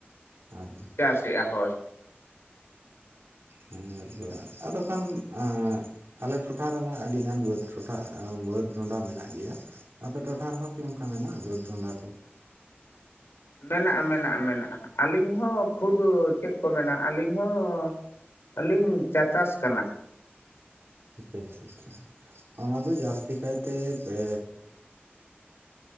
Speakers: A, on the right (about 80°); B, on the left (about 80°).
A: ᱟᱨ
B: ᱪᱟᱥᱮᱜ-ᱟ ᱦᱳᱭ᱾
A: ᱦᱩᱸ ᱟᱨ ᱟᱫᱚ ᱠᱷᱟᱱ ᱟᱸᱜ ᱟᱞᱮ ᱴᱚᱴᱷᱟ ᱨᱮᱢᱟ ᱟᱹᱰᱤ ᱜᱟᱱ ᱵᱟᱹᱫ ᱴᱚᱴᱷᱟ, ᱵᱟᱹᱫ ᱰᱚᱸᱰᱟ ᱢᱮᱱᱟᱜ ᱜᱮᱭᱟ᱾ ᱟᱯᱮ ᱴᱚᱴᱷᱟ ᱨᱮᱦᱚᱸ ᱠᱤ ᱱᱚᱝᱠᱟ ᱢᱮᱱᱟᱜ-ᱟ ᱵᱟᱹᱫ ᱰᱚᱸᱰᱟ ᱠᱚ?
B: ᱢᱮᱱᱟᱜ-ᱟ ᱢᱮᱱᱟᱜ-ᱟ ᱢᱮᱱᱟᱜ-ᱟ, ᱟᱹᱞᱤᱧ ᱦᱚᱸ ᱠᱷᱩᱫ ᱪᱮᱫ ᱠᱚ ᱢᱮᱱᱟ ᱟᱹᱞᱤᱧ ᱦᱚᱸ ᱟᱹᱞᱤᱧ ᱪᱟᱪᱟᱥ ᱠᱟᱱᱟ᱾
A: ᱟᱪᱪᱷᱟ ᱟᱪᱪᱷᱟ ᱟᱪᱪᱷᱟ ᱚᱱᱟ ᱫᱚ ᱡᱟᱹᱥᱛᱤ ᱠᱟᱭᱛᱮ ᱵᱮ